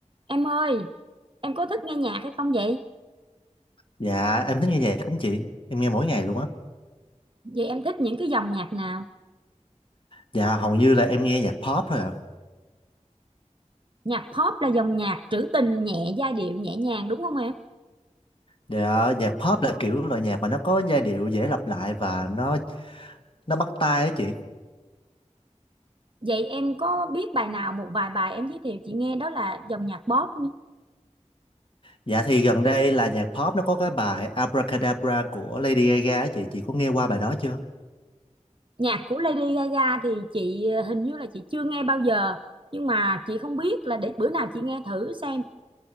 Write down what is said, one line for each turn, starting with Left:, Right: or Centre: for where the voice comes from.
Right: Em ơi, em có thích nghe nhạc hay không vậy?
Left: Dạ em thích nghe nhạc lắm chị Em nghe mỗi ngày luôn á
Right: Vậy em thích những cái dòng nhạc nào?
Left: Dạ hầu như là em nghe nhạc pop thôi à
Right: Nhạc pop là dòng nhạc trữ tình nhẹ, giai điệu nhẹ nhàng đúng không em?
Left: Dạ nhạc pop là kiểu loại nhạc mà nó có giai điệu dễ lặp lại và nó nó bắt tai á chị
Right: Vậy em có biết bài nào một vài bài em giới thiệu chị nghe đó là dòng nhạc pop nhé.
Left: Dạ thì gần đây là nhạc pop nó có cái bài Abracadabra của Lady Gaga á chị Chị có nghe qua bài đó chưa?
Right: Nhạc của Lady Gaga thì chị ờ, hình như là chị chưa nghe bao giờ, nhưng mà chị không biết là để bữa nào chị nghe thử xem.